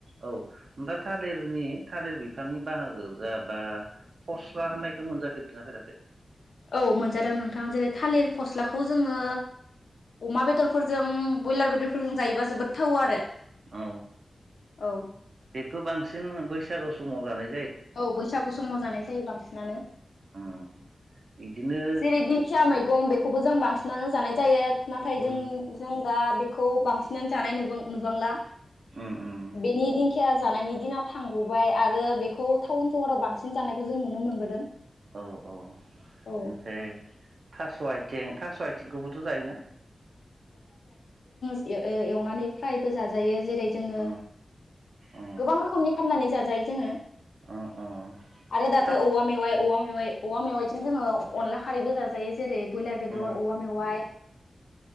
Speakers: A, on the right; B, on the left.
A: औ नोंथाङा थालिरनि थालिर बिफांनि बाहागो जाबा फस्ला होननायखौ मोनजाफेरदोंना फेराखै?
B: औ मोनजादों नोंथां जेरै थालिर फस्लाखौ जोङो अमा बेदरफोरजों ब्रयलार बेदरफ हुम जायोबा जोबोद थावयो आरो
A: औ
B: औ
A: बेखौ बांसिन बैस बैसागु समाव जानाय
B: औ बैसागु समाव जानाय जायो बांसिनानो
A: उम बिदिनो
B: जेरै दिंखिया मैगं बेखौबो जों बांसिन नानै जानाय जायो। नाथाय
A: उम
B: जों जों दा बेफ खौ बांसिनानो जानाय नुबा नुबांला
A: उम उम
B: बेनि दिंखियास जानायनि दिनाव थांग फ्राय आरो बेखौ टाउन सोहोराव बांसिन सि दानायखौ जानायखौ जों नुनो मोनबोदों।
A: औ औ। ओमफ्राय
B: औ
A: थास आइ आथिं थास' आइथिंखौबोथ' जायोना?
B: ओ एवनानै फ्रायबो जाजायो। जेरै जोङो
A: अ अ
B: गोबां रोखोमनि खमनानै जाजायो जोङो।
A: अ अ
B: आरो दाथ
A: थास
B: औवा मेवाइ
A: उम
B: औवा मेवाइ औवा मेवाइ सिन जोङो अनला खारैबो जाजायो जेरै बयलार बेदर
A: उम
B: औवा मेवाइ